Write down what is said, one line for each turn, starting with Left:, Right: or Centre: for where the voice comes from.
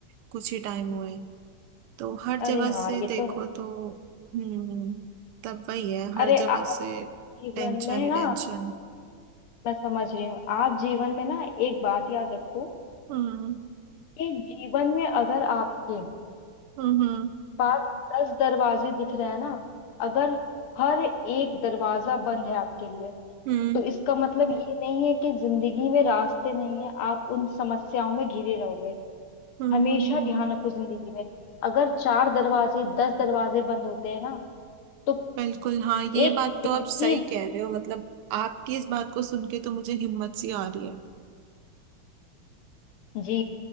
Right: कुछ ही टाइम हुआ है तो हर
Left: अरे
Right: जगह से
Left: हाँ ये
Right: देखो
Left: तो है
Right: तो हम्म तब वही है हर
Left: अरे
Right: जगह
Left: आप
Right: से
Left: जीवन
Right: टेंशन
Left: में
Right: ही
Left: ना
Right: टेंशन
Left: मैं समझ रही हूँ आप जीवन में ना एक बात याद रखो
Right: हम्म
Left: कि जीवन में अगर आपके
Right: हम्म हम्म
Left: पास दस दरवाजे दिख रहे हैं ना अगर हर एक दरवाजा बंद है आपके लिए
Right: हम्म
Left: तो इसका मतलब ये नहीं है कि जिंदगी में रास्ते नहीं है आप उन समस्याओं में घिरे रहोगे
Right: हम्म
Left: हमेशा
Right: हम्म हम्म, हम्म।
Left: ध्यान रखो जिंदगी में अगर चार दरवाजे दस दरवाजे बंद होते हैं ना तो
Right: बिल्कुल हाँ ये
Left: एक
Right: बात तो
Left: खिड़की
Right: आप सही कह रहे हो मतलब आपकी इस बात को सुन के तो मुझे हिम्मत सी आ रही है
Left: जी